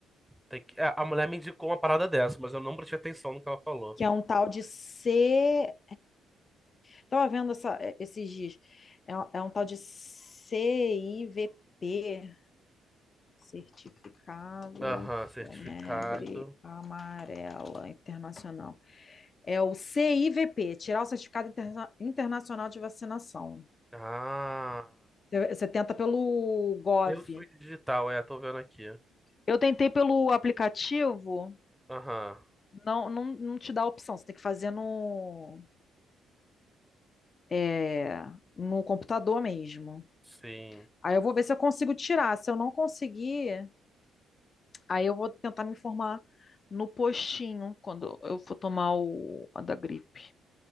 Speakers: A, in the centre; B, on the left (about 45°).
A: Tem que... é, a mulher me indicou uma parada dessa, mas eu não prestei atenção no que ela falou.
B: Que é um tal de C. Estava vendo essa- é, esses dias. É, um é um tal de CIVP, Certificado
A: Aham, certificado.
B: Febre Amarela Internacional. É o CIVP, tirar o Certificado Interna- Internacional de Vacinação.
A: Ah,
B: Você você tenta pelo Gov.
A: eu sou digital, é, tô vendo aqui.
B: Eu tentei pelo aplicativo,
A: Aham,
B: não, não, não te dá a opção, você tem que fazer no, é, no computador mesmo.
A: sim.
B: Aí eu vou ver se eu consigo tirar. Se eu não conseguir, aí eu vou tentar me informar no postinho quando eu for tomar o, a da gripe.